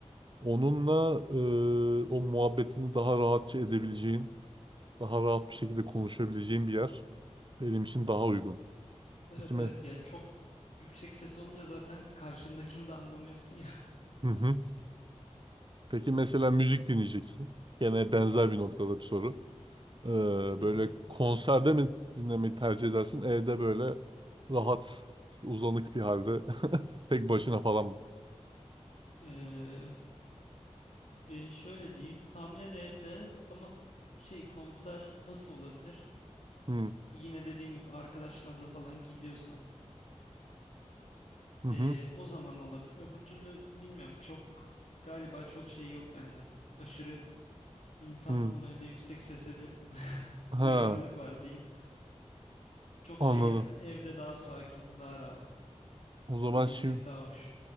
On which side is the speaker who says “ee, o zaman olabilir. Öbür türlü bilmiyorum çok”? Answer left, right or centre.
Left